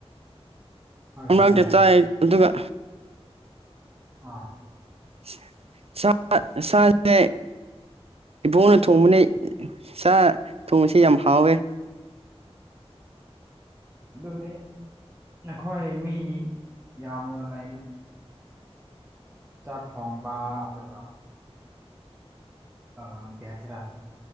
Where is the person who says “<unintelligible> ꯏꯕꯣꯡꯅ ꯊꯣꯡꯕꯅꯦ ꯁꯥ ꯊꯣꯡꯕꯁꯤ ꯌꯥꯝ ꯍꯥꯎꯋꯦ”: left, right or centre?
Right